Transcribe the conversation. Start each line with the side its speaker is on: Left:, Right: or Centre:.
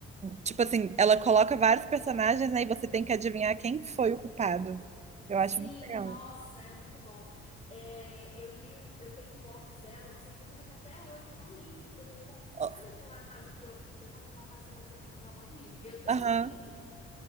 Right: tipo assim, ela coloca vários personagens, né, e você tem que adivinhar quem que foi o culpado. Eu
Left: Sim,
Right: acho muito legal.
Left: nossa, é muito bom. É, eu li um, eu tenho um box dela. Você acredita que até hoje eu não li? Porque eu, com- sabe
Right: Ó,
Left: aquela fase que eu, eu tava numa fase que eu tava querendo comprar um monte de livro. Eu tenho
Right: Aham.
Left: um Kindle,